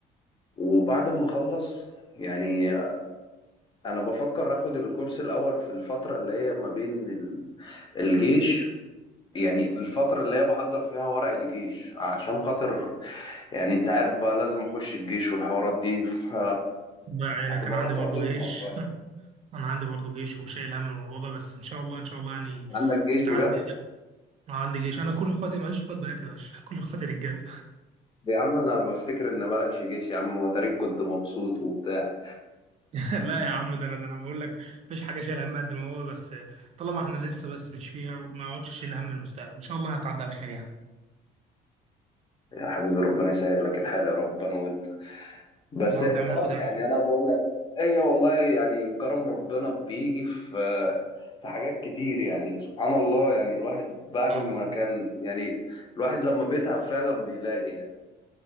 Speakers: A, on the left (about 30°); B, on the right (about 40°).
A: وبعد ما أخلص يعني أنا بفكر آخد الكورس الأول في الفترة اللي هي ما بين ال- الجيش يعني الفترة اللي هي بحضر فيها ورق الجيش عشان خاطر يعني أنت عارف بقى لازم أخش الجيش والحوارات دي ف
B: الله يعينك
A: هتبقى
B: انا عندي
A: فترة
B: برضو
A: رخمة
B: جيش
A: شوية
B: <laughs> انا عندي برضو جيش وشايل هم الموضوع ده بس ان شاء الله ان شاء الله يعني
A: عندك جيش
B: تعدي
A: بجد؟
B: انا عندي جيش انا كل اخواتي ماليش اخوات بنات يا باشا <laughs> كل اخواتي رجاله
A: يا عم أنا بفتكر إن مالكش جيش يا عم وتاريخ كنت مبسوط وبتاع
B: <laughs> لا يا عم ده انا ده انا بقول لك مفيش حاجه شايل هم قد ما هو بس طالما احنا لسه بس مش فيها وما اقعدش اشيل هم المستقبل ان شاء الله هتعدي على خير يعني
A: يا حبيبي ربنا يسهل لك الحال يا رب انا وانت بس
B: يا رب
A: هي
B: يا عم
A: خلاص
B: ناخد ان
A: يعني انا بقول لك هي والله يعني كرم ربنا بيجي في في حاجات كتير يعني سبحان الله يعني الواحد بعد
B: شاء
A: ما
B: الله
A: كان يعني الواحد لما بيتعب فعلا بيلاقي يعني